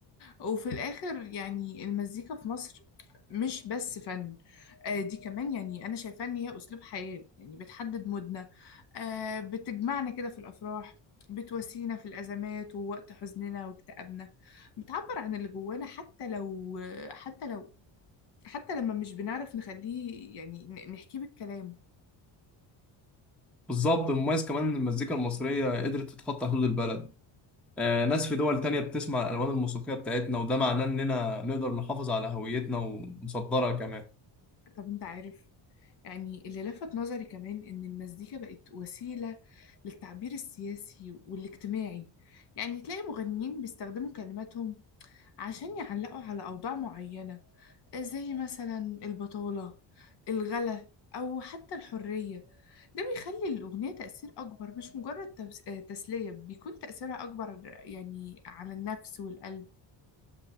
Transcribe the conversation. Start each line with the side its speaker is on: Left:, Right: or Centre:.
Left: اه وفي الآخر يعني المزيكا في مصر مش بس فن آه دي كمان يعني أنا شايفاه إن هي أسلوب حياة يعني بتحدد مودنا آه بتجمعنا كده في الأفراح بتواسينا في الأزمات ووقت حزننا واكتئابنا بتعبر عن اللي جوانا حتى لو حتى لو حتى لما مش بنعرف نخليه يعني ن- نحكيه بالكلام
Centre: بالظبط المميز كمان ان المزيكا المصريه قدرت تتخطى حدود البلد آه ناس في دول تانية بتسمع الالوان الموسيقيه بتاعتنا وده معناه اننا نقدر نحافظ على هويتنا ونصدرها كمان
Left: طب أنت عارف يعني اللي لفت نظري كمان إن المزيكا بقت وسيلة للتعبير السياسي والاجتماعي يعني تلاقي مغنيين بيستخدموا كلماتهم عشان يعلقوا على أوضاع معينة زي مثلا البطالة الغلا أو حتى الحرية ده بيخلي الأغنية تأثير أكبر مش مجرد تبس- آه، تسلية بيكون تأثيرها أكبر يعني على النفس والقلب